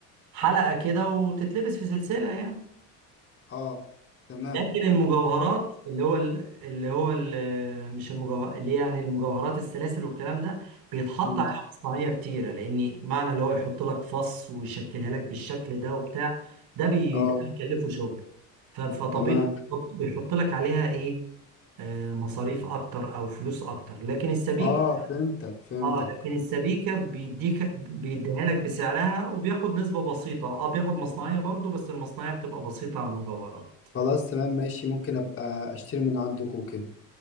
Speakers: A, on the right; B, on the left.
A: حلقة كده وتتلبس في سلسلة يعني
B: اه تمام
A: لكن المجوهرات اللي هو ال- اللي هو ال- مش المجوهر اللي يعني المجوهرات السلاسل والكلام ده بيتحط
B: مم.
A: عليها مصنعية كتيرة لأن معنى اللي هو يحط لك فص ويشكلها لك بالشكل ده وبتاع ده بي
B: اه
A: ده بيكلفه شغل ف- فطبيعي
B: تمام
A: بيحط بيحط لك عليها إيه آه، مصاريف أكتر أو فلوس أكتر لكن السبيك
B: اه فهمتك فهمتك
A: اه لكن السبيكة بيديك بيديها لك بسعرها وبياخد نسبة بسيطة اه بياخد مصنعية برضو بس المصنعية بتبقى بسيطة عن المجوهرات
B: خلاص تمام ماشي ممكن ابقى اشتري من عندك وكده